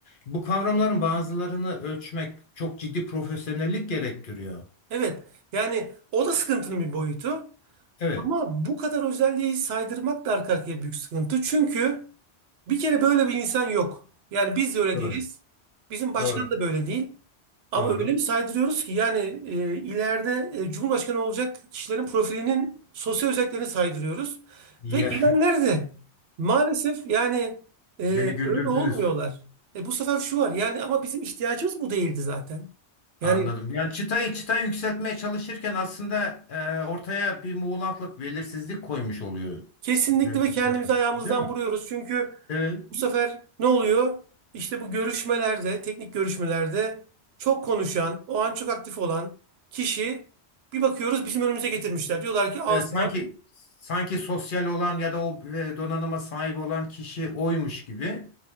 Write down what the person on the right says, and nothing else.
evet. yani o da sıkıntının bir boyutu.
Ama bu kadar özelliği saydırmak da arka arkaya büyük sıkıntı. Çünkü bir kere böyle bir insan yok. Yani biz de öyle
değiliz. Bizim başkan
da böyle değil. Ama
öyle bir saydırıyoruz ki yani e, ileride e, Cumhurbaşkanı olacak kişilerin profilinin sosyal özelliklerini saydırıyoruz.
Ve gelenler de maalesef yani e,
öyle olmuyorlar. E, bu sefer şu var yani ama bizim ihtiyacımız bu değildi zaten. Yani
Kesinlikle
ve
kendimizi
ayağımızdan
vuruyoruz. Çünkü
bu sefer ne oluyor? İşte bu görüşmelerde, teknik görüşmelerde çok konuşan, o an çok aktif olan kişi bir bakıyoruz bizim önümüze getirmişler. Diyorlar ki al
sana.